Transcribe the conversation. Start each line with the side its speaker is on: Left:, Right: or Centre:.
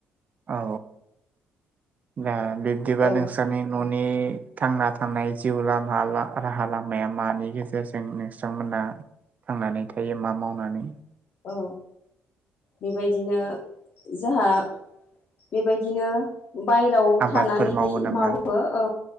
Right: औ दा बिब्दिबा
Left: औ
Right: नोंस्रानि न'न नि थांना थानाय जिउ लामा ला राहा लामाया मानि गेजेरजों नोंस्रांमोना थांनानै थायो मा मावनानै।
Left: औ बेबायदिनो जाहा बेबायदिनो बायेराव
Right: आबादफोर
Left: थानानै
Right: नामा
Left: मावो औ